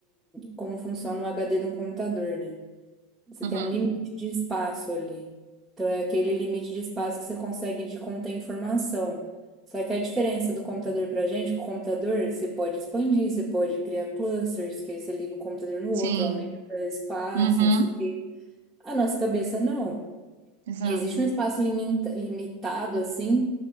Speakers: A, in the centre; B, on the right (about 85°).
A: como funciona o HD de um computador, né? Você
B: Uhum.
A: tem um limite de espaço ali. Então, é aquele limite de espaço que você consegue de conter informação. Só que a diferença do computador pra gente, é que o computador você pode expandir, você pode criar clusters, que aí você liga o computador no
B: Sim.
A: outro, aumenta espaço,
B: Uhum.
A: não sei o quê. A nossa cabeça não.
B: Exato.
A: Existe um espaço limita- limitado, assim,